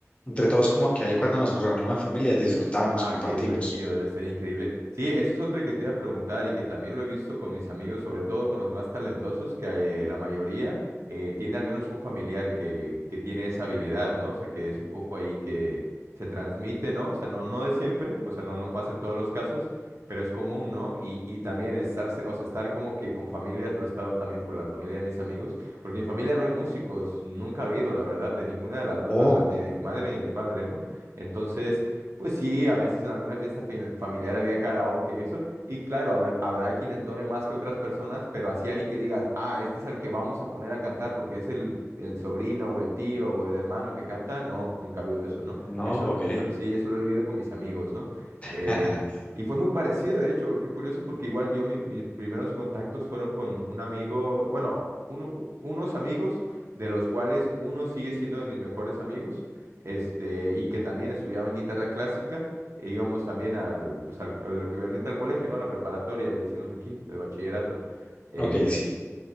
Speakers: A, on the left; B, on the right.
A: entre todos como que ahí cuando nos reunimos en familia disfrutamos,
B: Ah,
A: compartimos.
B: qué divertido, debe ser increíble. Sí, eso es otra que te iba a preguntar y que también lo he visto con mis amigos, sobre todo con los más talentosos, que eh, la mayoría eh, tiene al menos un familiar que, que tiene esa habilidad, ¿no? O sea, que es un poco ahí que se transmite, ¿no? O sea, no, no de siempre, o sea, no, no pasa en todos los casos, pero es común, ¿no? Y, y también estarse, o sea, estar como que con familias, lo he estado también por la familia de mis amigos, porque en mi familia no hay músicos, nunca ha habido, la verdad, de ninguna de las dos
A: Oh,
B: ramas, ni de mi madre ni de mi padre, ¿no? Entonces... Pues sí, a veces en alguna fiesta fe- familiar había karaoke, eso. Y claro, habrá, habrá quien entone más que otras personas, pero así alguien que digas, ah, este es el que vamos a poner a cantar porque es el, el sobrino o el tío o el hermano que canta, no, nunca ha habido eso, ¿no?
A: no,
B: Eso,
A: ok.
B: eso sí, eso lo he vivido con mis amigos, ¿no?
A: <laughs>
B: Eh, y fue muy parecida, de hecho, qué curioso, porque igual yo mi- mis primeros contactos fueron con un amigo, bueno, uno- unos amigos de los cuales uno sigue siendo de mis mejores amigos este, y que también estudiaban guitarra clásica, e íbamos también al, pues al, al equivalente al colegio, ¿no? A la preparatoria, le decimos aquí, el bachillerato. Eh,
A: Ok, sí.